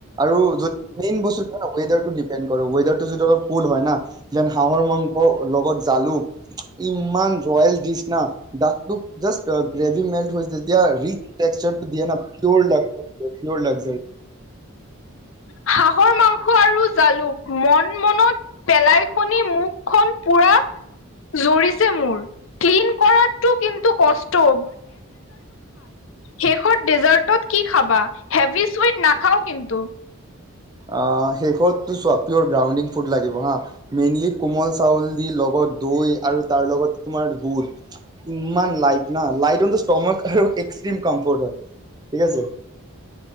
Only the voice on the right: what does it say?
আৰু যদি মেইন বস্তু ৱেডাৰটো ডিপেন্ড কৰে। ৱেডাৰ টো যদি অলপ কুল হয় না যেন হাঁহৰ মাংস লগত জালুক ইমান ৰয়েল ডিচ না দ জাষ্ট গ্ৰেভি মেল্ট হৈ এতিয়া ৰিচ তেসৰটো দিয়ে না পিয়োৰ লাক্সযাৰি
অ, শেষতো চোৱা পিয়ৰ গ্ৰাউণ্ডিং ফুড লাগিব হা। মেইনলি কোমল চাউল দি লগত দৈ আৰু তাৰ লগত তোমাৰ গুৰ। ইমান লাইট ন লাইট অন দা স্তমাক আৰু এক ক্ৰিম কম্ফৰ্ট হয় ঠিক আছে।